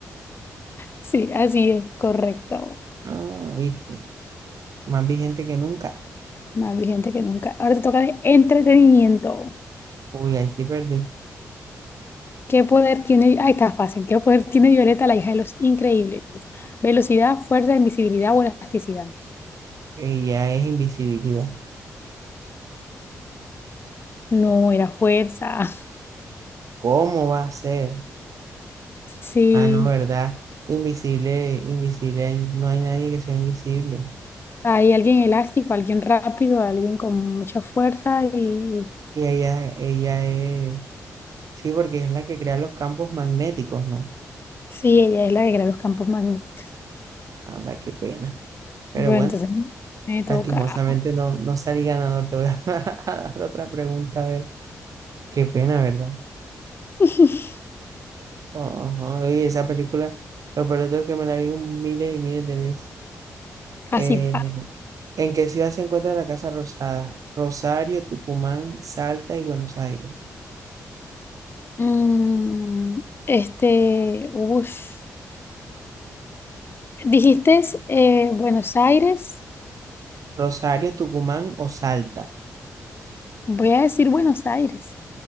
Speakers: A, on the left (about 35°); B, on the right (about 60°).
A: Sí, así es, correcto.
B: Ah, viste. Más vigente que nunca.
A: Más vigente que nunca. Ahora te toca de entretenimiento.
B: Uy, ahí sí perdí.
A: ¿Qué poder tiene? Ahí está fácil. ¿Qué poder tiene Violeta, la hija de los increíbles? Velocidad, fuerza, invisibilidad o elasticidad.
B: Eh, ya es invisibilidad.
A: No, era fuerza. <laughs>
B: ¿Cómo va a ser?
A: Sí,
B: Ah, no, ¿verdad? Invisible, invisible, ahí no hay nadie que sea invisible.
A: hay alguien elástico, alguien rápido, alguien con mucha fuerza y
B: Y ella, ella es, sí, porque es la que crea los campos magnéticos, ¿no?
A: sí, ella es la de los campos magnéticos.
B: Anda, qué pena. Pero
A: Bueno,
B: bueno,
A: entonces me toca.
B: lastimosamente no, no salí ganador. <laughs> Te voy a, <laughs> a dar otra pregunta, a ver. Qué pena, ¿verdad?
A: <laughs>
B: Ajá, Oye, esa película, lo peor de todo es que me la vi un miles y miles de veces.
A: Así.
B: Eh,
A: pa-
B: ¿en qué ciudad se encuentra la Casa Rosada? Rosario, Tucumán, Salta y Buenos Aires.
A: Mm, este, ush. Dijiste eh, Buenos Aires.
B: Rosario, Tucumán o Salta.
A: Voy a decir Buenos Aires.